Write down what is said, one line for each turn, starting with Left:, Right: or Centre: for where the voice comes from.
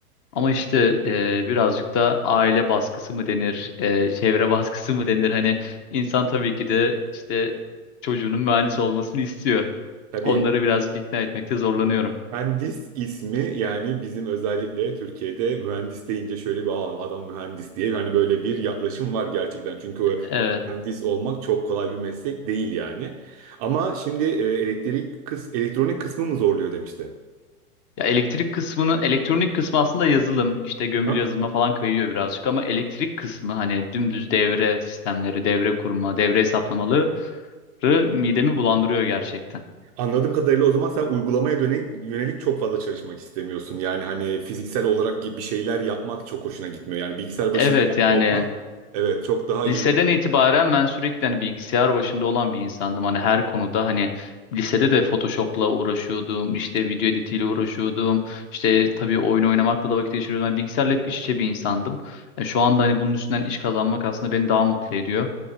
Left: Ama işte e, birazcık da aile baskısı mı denir, e, çevre <laughs> baskısı mı denir? Hani insan tabii ki de işte çocuğunun mühendis olmasını istiyor.
Right: Tabii
Left: Onları birazcık ikna etmekte zorlanıyorum.
Right: mühendis ismi yani bizim özellikle Türkiye'de mühendis deyince şöyle bir Aa, adam mühendis diye hani böyle bir yaklaşım var gerçekten. Çünkü o
Left: Evet.
Right: mühendis olmak çok kolay bir meslek değil yani. Ama şimdi e, elektrik kıs elektronik kısmı mı zorluyor demiştin.
Left: Ya elektrik kısmını, elektronik kısmı aslında yazılım, işte gömülü
Right: Aha.
Left: yazılıma falan kayıyor birazcık ama elektrik kısmı hani dümdüz devre sistemleri, devre kurma, devre hesaplamaları midemi bulandırıyor gerçekten.
Right: Anladığım kadarıyla o zaman sen uygulamaya dönelik, yönelik çok fazla çalışmak istemiyorsun. Yani hani fiziksel olarak gibi bir şeyler yapmak çok hoşuna gitmiyor. Yani bilgisayar başında
Left: Evet yani
Right: olmak evet çok daha iyi.
Left: Liseden itibaren ben sürekli hani bilgisayar başında olan bir insandım. Hani her konuda hani lisede de Photoshop'la uğraşıyordum, işte video editiyle uğraşıyordum. işte tabii oyun oynamakla da vakit geçiriyordum. Yani bilgisayarla hep iç içe bir insandım. Yani şu anda hani bunun üstünden iş kazanmak aslında beni daha mutlu ediyor.